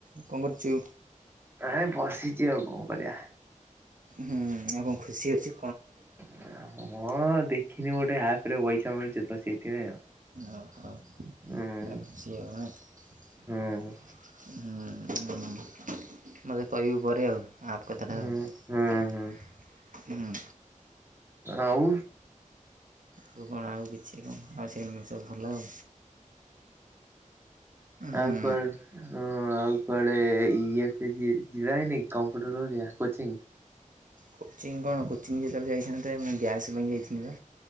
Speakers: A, on the right (about 75°); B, on the right (about 15°).
A: କଣ କରୁଛୁ?
B: ଆଏ ବସିଛି ଆଉ କଣ କରିବା
A: ହୁଁ ଏବଂ ଖୁସି ଅଛୁ
B: <unintelligible> ହଁ ଦେଖିନି ଗୋଟେ ଏପ୍ ଆରେ ଓଇଝା ମିଳୁଛି ତ ସେଥିପାଇଁ ଆଉ
A: ଓ ହୋ।
B: ହୁଁ
A: <unintelligible>
B: ହୁଁ
A: ମତେ କହିବୁ ପରେ ଆଉ। ଆପ୍ କଥାଟା
B: ହୁଁ
A: ଆଉ
B: ହୁଁ ହୁଁ
A: ହୁଁ।
B: ଆଉ
A: ଆଉ କଣ ଆଉ କି ଛି କଣ ଆଉ ସେମିତି ସବୁ ଭଲ ଆଉ। ହୁଁ
B: ଆଉ କୁଆଡେ ହଁ ଆଉ କୁଆଡେ ଇଏ ହେଇକି ଯାଏନି କମ୍ପ୍ୟୁଟର ହରିକା କୋଚିଙ୍ଗ୍।
A: କୋଚିଙ୍ଗ୍ କଣ କୋଚିଙ୍ଗ୍ ଯେତେବେଳେ ଯାଇଥାନ୍ତେ ଆମେ ଗ୍ୟାସ୍ ପାଇଁ ଯାଇଥିଲୁବା।